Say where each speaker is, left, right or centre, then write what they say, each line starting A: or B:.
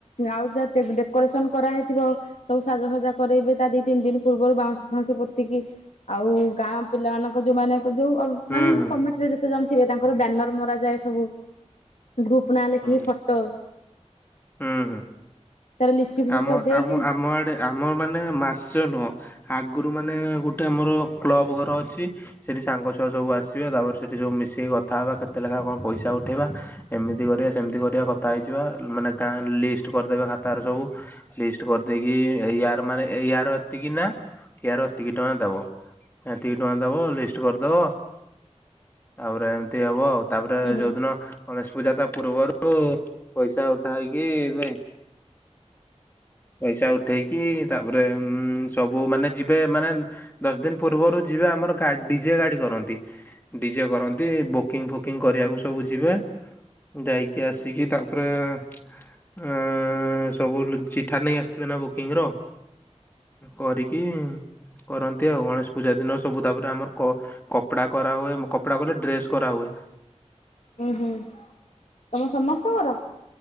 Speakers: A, on the left (about 80°); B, on the left (about 15°).
A: ଆଉ ଯ ଡେକୋରେସନ କରା ହେଇଥିବ। ସବୁ ସାଜାସଜା କରରେବେ ତା ଦି ତିନି ଦିନ ପୂର୍ବରୁ ବାଉଁଶ ଫାଁସ ପୋତିକି ଆଉ ଗାଁ ପିଲାମାନାଙ୍କ ଯୋଉ ମାନ ଯୋଉ ଅଲଗା
B: ହୁଁ
A: ମାନେ
B: ହୁଁ
A: କମିଟି ରେ ଯେତେ ଜଣ ଥିବେ ତାଙ୍କର ବ୍ୟାନର ମରା ଯାଏ ସବୁ ଗ୍ରୁପ ନାଁ ଲେଖିକି
B: ହୁଁ।
A: ଫଟୋ।
B: ହୁଁ ହୁଁ
A: ତାର ଲିଚୁ ଫିଚୁ
B: ଆମ
A: ସଜେଇକି
B: ଆମ ଆମ ଆଡ଼େ ଆମ ମାନେ ମାସ ନୁହଁ ଆଗରୁ ମାନେ ଗୋଟେ ଆମର କ୍ଲବ ଘର ଅଛି ସେଠି ସାଙ୍ଗ ଛୁଆ ସବୁ ଆସିବେ ତାପରେ ସେଇଠି ସବୁ ମିଶିକି କଥା ହେବା କେତ ଲେଖା କଣ ପଇସା ଉଠାଇବା। ଏମିତି କରିବା ସେମିତି କରିବା କଥା ହେଇଯିବା ମାନେ ଗାଁ ଲିଷ୍ଟ କରିଦେବା ଖାତାରେ ସବୁ। ଲିଷ୍ଟ କରିଦେଇକି ୟାର ମାନେ ୟାରତିକ ନା ୟାରତିକ ଟଙ୍କା ଦବ ଏତିକି ଟଙ୍କା ଦବ ଲିଷ୍ଟ କରିଦବ ତାପରେ ଏମିତି ହବ ଆଉ। ତାପରେ
A: ହୁଁ
B: ଯୋଉଦିନ ଗଣେଶ ପୂଜା ତା ପୂର୍ବରୁ ପଇସା ଉଠା ହେଇକି ଏ ପଇସା ଉଠେଇକି ତାପରେ ଉ ସବୁ ମାନେ ଯିବେ ମାନେ ଦଶ ଦିନ ପୂର୍ବରୁ ଯିବେ ଆମର ଡିଜେ ଗାଡି କରନ୍ତି। ଡିଜେ କରନ୍ତି ବୁକିଂ ଫୁକିଂ କରିବାକୁ ସବୁ ଯିବେ ଯାଇକି ଆସିକି ତାପରେ ଅ ସବୁ ଚିଠାରେ ନେଇକି ଆସିଥିବେ ନା ବୁକିଂ ର କରିକି ହିଁ କରନ୍ତି ଆଉ ଗଣେଶ ପୂଜା ଦିନ ସବୁ ତାପରେ ଆମର କପଡା କରାହୁଏ କପଡା କଲେ ଡ୍ରେସ କରା ହୁଏ।
A: ହୁଁ ହୁଁ ତମ ସମସ୍ତଙ୍କର।